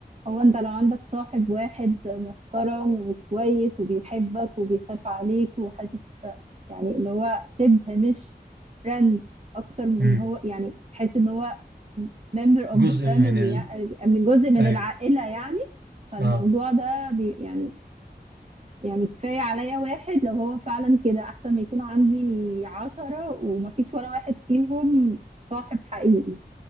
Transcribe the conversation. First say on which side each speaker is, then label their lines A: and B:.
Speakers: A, on the right; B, on the right.
A: هو انت لو عندك صاحب واحد محترم وكويس وبيحبك وبيخاف عليك وحاسس يعني اللي هو شبه مش فريند اكتر من
B: مم.
A: هو يعني تحس ان هو member of
B: جزء
A: the family
B: من
A: يعني
B: ال
A: من جزء من
B: ايوه
A: العائله يعني فالموضوع
B: اه
A: ده بي يعني يعني كفاية عليا واحد لو هو فعلا كده أحسن ما يكون عندي عشرة ومفيش ولا واحد فيهم صاحب حقيقي